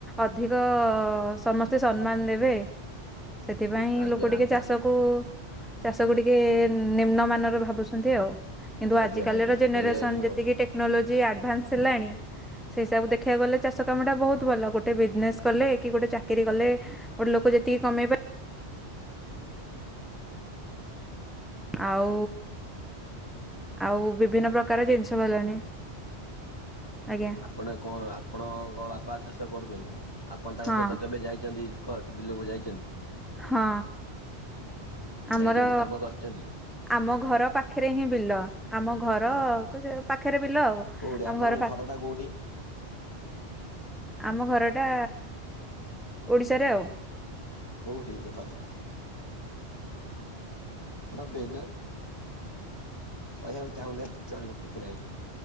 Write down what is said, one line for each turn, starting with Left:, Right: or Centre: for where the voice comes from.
Centre: ଅଧିକ ସମସ୍ତେ ସମ୍ମାନ ଦେବେ। ସେଥିପାଇଁ
Left: ଆଜ୍ଞା
Centre: ଲୋକ ଟିକେ
Left: ଆଜ୍ଞା
Centre: ଚାଷ କୁ ଚାଷ ଗୁଡିକେ ନିମ୍ନ ମାନର ଭାବୁଛନ୍ତି। ଆଉ କିନ୍ତୁ
Left: ଆଜ୍ଞା
Centre: ଆଜିକାଲିର
Left: ଆଜ୍ଞା
Centre: ଜେନେରେସନ
Left: ସେଇଆ ହିଁ ହଉ
Centre: ଯେତିକି କ୍ନୋଲୋଜି ଆଡ଼ଭାନ୍ସ ହେଲାଣି ସେଇିସାବୁ ଦେଖିବାକୁ ଗଲେ ଚାଷ କାମଟା ବହୁତ ଭଲ। ଗୋଟେ ବିଜନେସ୍ କଲେ କି ଗୋଟେ ଚାକିରି କଲେ ଗୋଟେ ଲୋକ ଯେତିକି କମେଇବ ଆଉ ଆଉ ବିଭିନ୍ନ ପ୍ରକାର ଜିନିଷ ଭଲାଣି ଆଜ୍ଞା।
Left: ଆପଣ କଣ ଆପଣଙ୍କ ବାପା ଚାଷ କରୁଛନ୍ତି ଆପଣ ତାଙ୍କ
Centre: ହଁ
Left: ସହିତ କେବେ ଯାଇଛନ୍ତି। କହ ତ ବିଲକୁ ଯାଇଛନ୍ତି?
Centre: ହଁ ଆମର
Left: ଯାଇଛନ୍ତି କାମ କରିଛନ୍ତି
Centre: ଆମ ଘର ପାଖରେ ହିଁ ବିଲ। ଆମ ଘର
Left: ହୁଁ
Centre: କ ପାଖରେ ବିଲ ଆଉ
Left: କୋଉଠି
Centre: ଆମ
Left: ଆପଣଙ୍କ
Centre: ଘର ପା
Left: ଟା କୋଉଠି?
Centre: ଆମ ଘରଟା ଓଡିଶାରେ ଆଉ
Left: କୋଉଠି ଯେ ଘର ହଁ କେନ୍ଦର କହିବାକୁ ଚାହୁଁନାହିଁ ଚଳିବ କିଛି ନାହିଁ।